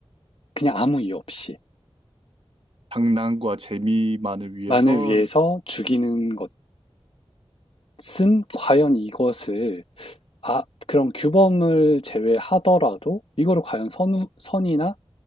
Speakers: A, on the left (about 60°); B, on the right (about 60°).
A: 그냥 아무 이유 없이
B: 장난과 재미만을 위해서
A: 만을 위해서 죽이는 것은 과연 이것을 아 그런 규범을 제외하더라도 이거를 과연 선 선이나